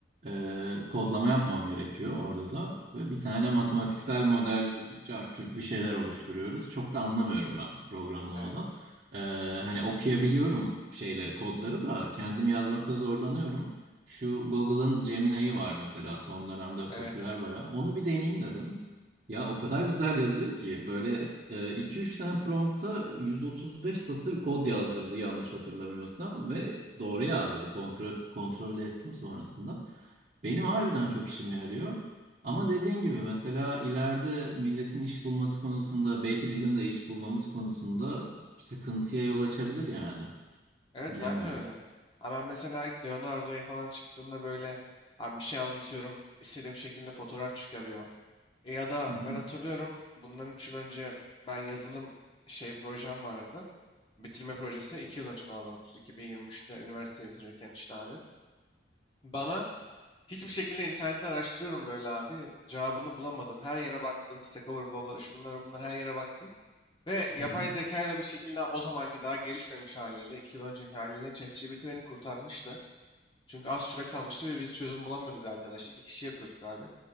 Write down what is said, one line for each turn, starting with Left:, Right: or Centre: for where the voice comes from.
Right: e, kodlama yapmam gerekiyor orada da. Ve bir tane matematiksel model cart curt bir şeyler oluşturuyoruz. Çok da anlamıyorum ben programlamadan.
Left: Evet,
Right: E, hani okuyabiliyorum şeyleri, kodları da kendim yazmakta zorlanıyorum. Şu Google'ın Gemini'yi var mesela son dönemde
Left: evet.
Right: popüler bayağı. Onu bir deneyeyim dedim. Ya o kadar güzel yazıyor ki böyle e, iki üç tane prompta 135 satır kod yazdırdı yanlış hatırlamıyorsam ve doğru yazdırdı. Kontrol, kontrol de ettim sonrasında. Benim harbiden çok işime yarıyor. Ama dediğin gibi mesela ileride milletin iş bulması konusunda belki bizim de iş bulmamız konusunda sıkıntıya yol açabilir yani.
Left: Evet
Right: Bilemiyorum.
Left: zaten öyle. Abi ben mesela ilk Leonardo'ya falan çıktığında böyle abi bir şey anlatıyorum. istediğim şekilde fotoğraf çıkarıyor. E ya da
Right: Hı hı.
Left: ben hatırlıyorum bundan 3 yıl önce ben yazılım şey projem vardı. Bitirme projesi 2 yıl önce daha doğrusu 2023'te üniversiteyi bitirirken işte abi. Bana hiçbir şekilde internette araştırıyorum böyle abi. Cevabını bulamadım. Her yere baktım. Stack Overflow'lara şunlara bunlara her yere baktım. Ve yapay
Right: Hı hı.
Left: zeka ile bir şekilde o zamanki daha gelişmemiş haliyle, iki yıl önceki haliyle ChatGPT beni kurtarmıştı. Çünkü az süre kalmıştı ve biz çözüm bulamıyorduk arkadaş. İki kişi yapıyorduk abi.